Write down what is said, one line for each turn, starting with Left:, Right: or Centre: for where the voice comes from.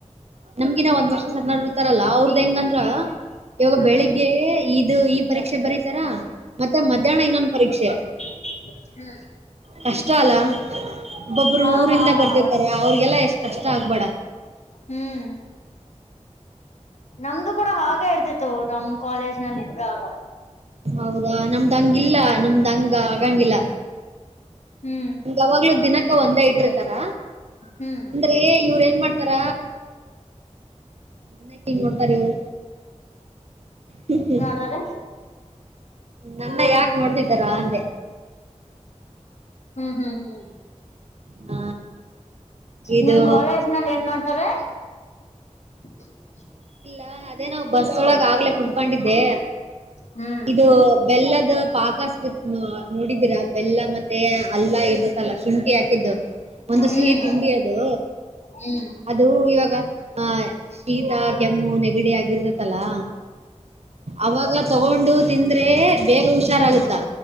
Right: ನಮ್ಗಿನ ಒಂದ್ ವರ್ಷ ಸಣ್ಣೊರ ಇರ್ತಾರಲ್ಲ ಅವ್ರದ ಹೆಂಗಂದ್ರ ಇವಾಗ
Left: ಹ್ಮ್
Right: ಬೆಳಿಗ್ಗೆ ಇದು ಈ ಪರೀಕ್ಷೆ ಬರತಾರ ಮತ್ತೆ ಮಧ್ಯಾಹ್ನ ಇನ್ನೊಂದು ಪರೀಕ್ಷೆ.
Left: ಹ್ಮ್.
Right: ಕಷ್ಟ ಅಲ್ಲ ಒಬ್ಬೊಬ್ರು
Left: ಹಾ
Right: ಊರಿಂದ
Left: ಹಾ
Right: ಬರ್ತಿರ್ತಾರೆ
Left: ಹೌದು
Right: ಅವ್ರಿಗೆಲ್ಲ ಎಷ್ಟ್ ಕಷ್ಟ ಆಗ್ಬೇಡ.
Left: ಹ್ಮ್. ನಮ್ದು ಕೂಡ ಹಾಗೆ ಇರ್ತಿತ್ತು ನಮ್ ಕಾಲೇಜ್ ನಲ್ಲ ಇದ್ದಾಗ.
Right: ಹೌದಾ ನಮ್ದ ಹಂಗಿಲ್ಲ ನಮ್ದ್ಂಗ ಆಗಂಗಿಲ್ಲ
Left: ಹ್ಮ್
Right: ಯಾವಾಗ್ಲೂ ದಿನಕ್ಕ ಒಂದೇ ಇಟ್ಟಿರ್ತಾರ
Left: ಹ್ಮ್
Right: ಅಂದ್ರೆ ಇವ್ರ ಏನ್ ಮಾಡ್ತಾರ ನನ್ ಯಾಕ್ ಹಿಂಗ್ ನೋಡ್ತಾರ್ ಇವ್ರು ಹ್ ಹ್
Left: ಸರೆ
Right: ನನ್ನ ಯಾಕ ನೋಡ್ತಿದ್ದಾರಾ ಅಂದೆ.
Left: ಹ್ಮ್ ಹ್ಮ್ ಹ್ಮ್
Right: ಹ ಇದು
Left: ನಿಮ್ ಕಾಲೇಜ್ ನಲ್ಲ ಏನ್ ಮಾಡ್ತಾರೆ. <inaudible>
Right: ಆ ಅದೇನೋ ಬಸ್ ಒಳಗ ಆಗ್ಲೆ ಕುತ್ಕೊಂಡಿದ್ದೆ.
Left: ಹ್ಮ್
Right: ಇದು ಬೆಲ್ಲದ ಪಾಕ ಸಿಗತ್ ನೋಡಿದೀರಾ ಬೆಲ್ಲ ಮತ್ತೆ ಅಲ್ಲ ಇ ಲ್ಲ ಶುಂಠಿ ಹಾಕಿದ್ದು ಒಂದು
Left: ಹ್ಮ್
Right: ಸಿಹಿ ತಿಂಡಿ ಅದು.
Left: ಹ್ಮ್
Right: ಅದು ಇವಾಗ ಆಹ ಶೀತ ಕೆಮ್ಮು ನೆಗಡಿ ಆಗಿರ್ತಲ್ಲಾ. ಅವಾಗ ತಗೊಂಡು ತಿಂದ್ರೆ ಬೇಗ ಹುಷಾರಾಗುತ್ತಾ.